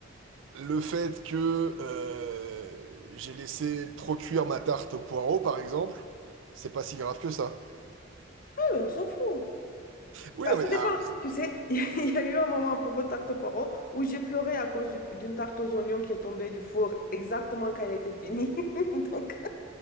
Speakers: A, on the right (about 85°); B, on the left (about 50°).
A: le fait que euh, j'ai laissé trop cuire ma tarte au poireau, par exemple, c'est pas si grave que ça.
B: Ouais, mais on s'en fout.
A: Oui,
B: Bah,
A: non
B: ça
A: mais,
B: dépend.
A: ah, c'est-
B: Tu sais, <laughs> il y a eu un moment à propos de tarte aux poireaux où j'ai pleuré à cause du- d'une tarte aux oignons qui est tombée du four exactement quand elle était finie. <laughs> Donc.